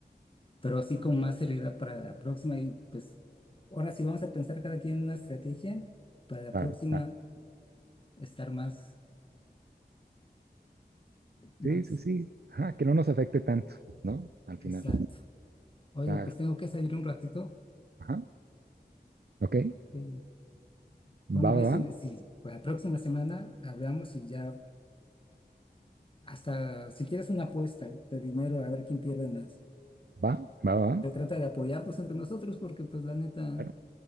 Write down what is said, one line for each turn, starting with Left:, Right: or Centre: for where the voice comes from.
Left: pero así con más seriedad para la próxima y pues ahora sí vamos a pensar cada quien una estrategia para la
Right: claro,
Left: próxima
Right: claro,
Left: estar más, más
Right: sí, sí, sí, ajá, que no nos afecte tanto, ¿no? Al final,
Left: exacto. Oye,
Right: claro,
Left: pues tengo que salir un ratito.
Right: ajá, ok,
Left: Eh, ¿Cómo
Right: va,
Left: ves
Right: va,
Left: si, si la próxima semana hablamos y ya hasta si quieres una apuesta de dinero a ver quién pierde más?
Right: va, va, va, va, va,
Left: Se trata de apoyarnos entre nosotros porque pues la neta,
Right: claro,